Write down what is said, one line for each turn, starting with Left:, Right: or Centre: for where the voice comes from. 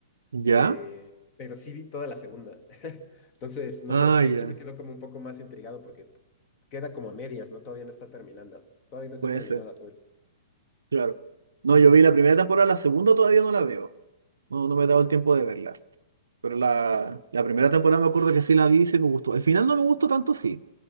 Right: ¿Ya?
Left: Eh, pero sí vi toda la segunda. <laughs> Entonces, no
Right: Ah,
Left: sé, ahí
Right: ya.
Left: sí me quedó como un poco más intrigado porque queda como a medias, ¿no? Todavía no está terminada. Todavía no está
Right: Puede
Left: terminada,
Right: ser,
Left: pues.
Right: claro. No, yo vi la primera temporada, la segunda todavía no la veo. No, no me he dado el tiempo de verla. Pero la, la primera temporada me acuerdo que sí la vi y sí me gustó. El final no me gustó tanto, sí,